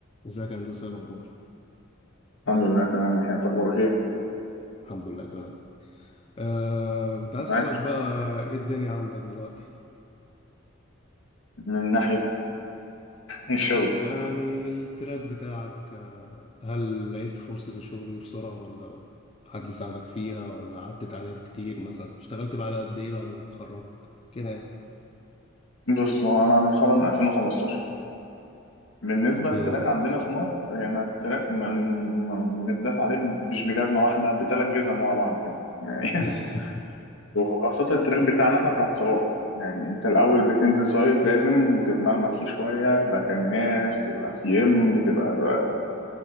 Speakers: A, on the left; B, on the left.
A: ازيك يا هندسة ايه الأخبار؟
B: الحمد لله تمام الحين انت اخبارك ايه؟
A: الحمد لله تمام آه كنت عايز أسألك
B: معاك
A: بقى ايه الدنيا عندك دلوقتي؟
B: من ناحيه الشغل
A: يعني التراك بتاعك آه هل لقيت فرصة الشغل دي بسرعة ولا حد ساعدك فيها ولا قعدت تعاني كتير مثلا اشتغلت بعد قد ايه بعد ما اتخرجت؟ كده يعني.
B: بص هو انا متخرج من 2015 بالنسبه
A: مم.
B: للتراك عندنا في مصر يعني التراك م- م- متداس عليه مش بجزمه واحده بثلاث جزم ورا بعض كده يعني <laughs>
A: <laughs>
B: وخاصه التراك بتاعنا احنا بتاع اتصالات يعني انت الاول بتنزل سايت لازم وتتمرمك فيه شويه تبقى كناس تبقى سي ام تبقى دوا-